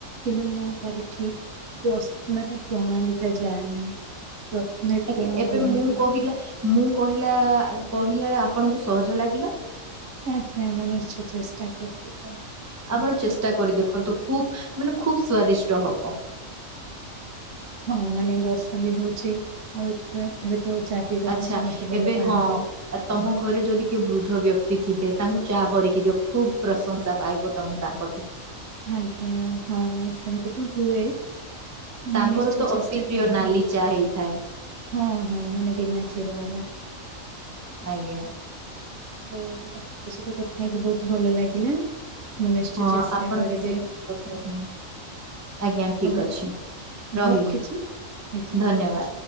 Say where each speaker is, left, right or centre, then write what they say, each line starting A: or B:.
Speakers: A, on the right; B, on the right.
A: କିନ୍ତୁ ମୁଁ ତାର ଠିକ ମାନେ ପ୍ରଣାଳୀ ଟା ଜାଣି ପ୍ରଥମେ
B: ଆଜ୍ଞା
A: କଣ
B: ଏବେ
A: କରନ୍ତି?
B: ମୁଁ କହିଲା ମୁଁ କହିଲା କହିଲା ବଳେ ଆପଣଙ୍କୁ ସହଜ ଲାଗିଲା।
A: ଆଜ୍ ଆମଁ ନିଶ୍ଚୟ ଚେଷ୍ଟା କରିବୁ।
B: ଆପଣ ଚେଷ୍ଟା କରି ଦେଖନ୍ତୁ ଖୁବ ମାନେ ଖୁବ ସ୍ଵାଦିଷ୍ଟ ହବ।
A: ହଁ ମାନେ ବର୍ଷା ବି ହଉଛି। ଆଉ ଏ ଏବେ ତ ଚା ପିଇବା
B: ଆଚ୍ଛା
A: ପାଇଁ ସମସ୍ତେ ଭଲ
B: ଏବେ
A: ପାଆନ୍ତି।
B: ହଁ ଆ ତମ ଘରେ ଯଦି କିଏ ବୃଦ୍ଧ ବ୍ୟକ୍ତି ଥିବେ ତାଙ୍କୁ ଚା କରିକି ଦିଅ ଖୁବ ପ୍ରଶଂସା ପାଇବ ତମେ ତାଙ୍କଠୁ
A: ଆଜ୍ଞା ହଁ ସେମତି ତୁ ହୁଏ।
B: ତାଙ୍କର
A: ମୁଁ ନିଶ୍ଚୟ
B: ତ
A: ଚେଷ୍ଟା
B: ଅତି ପ୍ରିୟ
A: କରିବି
B: ନାଲି ଚା ହେଇଥାଏ।
A: ହଁ ହଁ ମାନେ ବିନା କ୍ଷୀର ବାଲା।
B: ଆଜ୍ଞା
A: ହ ଆପଣଙ୍କ ସହିତ କଥା ହେଇକି ବହୁତ ଭଲ ଲାଗିଲା। ମୁଁ ନିଶ୍ଚୟ
B: ହଁ
A: ଚେଷ୍ଟା
B: ଆପଣଙ୍କ
A: କରିବି।
B: ସହିତ କଥା ହେଇକି ଆଜ୍ଞା ଠିକ
A: ହଉ
B: ଅଛି
A: ମୁଁ
B: ରହିଲି
A: ରଖୁଛି ଆଜ୍ଞା।
B: ଧନ୍ୟବାଦ।